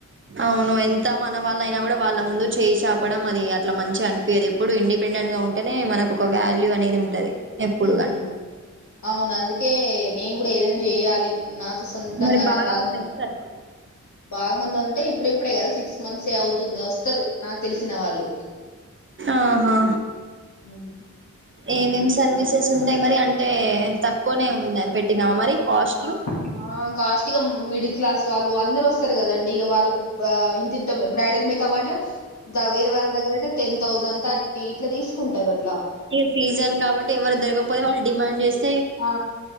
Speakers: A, on the right; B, on the left.
A: అవును ఎంత మన వాళ్ళ అయినా కూడా వాళ్ళ ముందు చేయి చాపడం అది అట్లా మంచిగా అనిపియది ఎప్పుడు ఇండి పెండెంట్ గా ఉంటేనే మనకు ఒక వాల్యూ అనేది ఉంటది ఎప్పుడు
B: ఉ హమ్
A: గాని
B: అవును అందుకే నేను కూడా ఏదైనా చెయ్యాలి నాకు సొంతంగా
A: మరి బాగా
B: నా కాళ్ళ
A: మంది
B: మీద
A: వస్తారా
B: బాగు మంది అంటే ఇప్పుడు ఇప్పుడే కదా సిక్స్ మంత్స్ఏ అవుతుంది వస్తారు నాకు తెలిసిన వాళ్ళు
A: ఆహా
B: హ్మ్.
A: ఏమేం సర్వీసెస్ ఉంటాయి మరి అంటే తక్కువనే ఉండ పెట్టినావా మరి కాస్ట్లు
B: ఆ ఆ కాస్టిగా మిడిల్ క్లాస్ వాళ్ళు అందరూ వస్తారు కదండి ఇక వాళ్ళు వా ఇంతింత బ్రైడల్ మేకప్ అంటే దా వేరే వాళ్ళ దగ్గర అయితే టెన్ థౌసండ్ థర్టీ ఇట్లా తీసుకుంటారు అట్లా
A: ఇక సీజన్ కాబట్టి ఎవరు దొరకపోతే వాళ్ళు డిమాండ్ చేస్త
B: ఆ